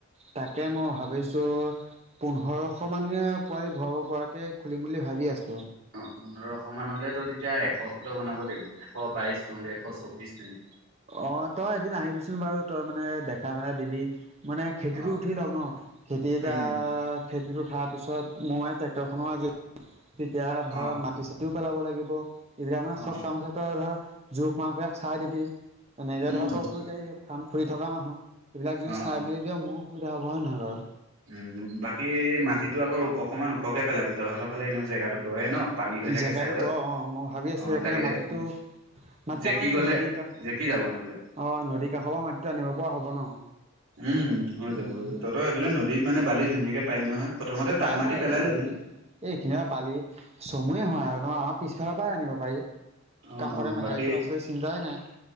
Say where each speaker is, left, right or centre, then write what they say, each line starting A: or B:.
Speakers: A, on the right; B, on the right.
A: তাকে মই ভাবিছো। পোন্ধৰশ মান পোৱালি ভৰাব পৰাকে খুলিম বুলি ভাবি আছো।
B: অ পোন্ধৰশ মানলে তো তেতিয়া এশ ফুট বনাব লাগিব। এশ বাইশ নহ'লে এশ চৌবিশ তেনে।
A: অ তই এদিন আহিবিচোন বাৰু তই মানে দেখ মেল দিবি মানে খেতিতো
B: অ অ
A: উঠি লওক ন খেতি এতিয়া
B: উম উম
A: খেতিতো তাৰ পিছত মই ট্ৰেক্টৰ খনো আজি তেতিয়া ধৰ
B: অ অ
A: মাটি চিতিও পেলাব লাগিব। তেতিয়া মানে
B: অ
A: চব কাম আছে তই ধৰ জোখ মাকবিলাক চাই দিবি এনেকে
B: উম
A: ধৰ
B: উম
A: তইতো ফাৰ্ম। ঘূৰি থকা মানুহ এইবিলাক যদি
B: অ
A: চাই
B: অ
A: মেলি দিয় মোৰো সুবিধা হ'ব হয় নহয় বাৰু।
B: উম বাকী মাটিতো আকৌ অকনমান ওখকে পেলাব ভিতৰহতৰ ফালে এনেও জেগাতো দয়ে ন। পানী হৈ থাকে
A: জেগাটো
B: চাইডত
A: দ অ মই ভাবি আছো
B: অ
A: সেইকাৰণে
B: তাকে
A: মাটিতো। মাত্ৰ
B: জেকি
A: আমাৰ এই
B: গ'লে
A: নদীৰ কাষ
B: জেকি যাব নহ'লে।
A: অ নদীৰ কাষৰ পৰা মাতো আনিব পৰা হব ন।
B: উম হৈ যাব
A: উম
B: য তহতই সফলে নদীত মানে বালি ধুনীয়াকে পাৰি নহয়। <unintelligible> প্ৰথমতে টান
A: পাই
B: মাটি
A: পাই
B: পেলাই
A: এই
B: লবি।
A: ধুনীয়া এইখিনি বালি চমুৱে হয় আৰু ন আমাৰ পিছফালৰ পৰাই আনিব পাৰি।
B: অ
A: কাষৰে
B: অ
A: মেঠাৰিটো
B: বাকী
A: আছে চিন্তাই নাই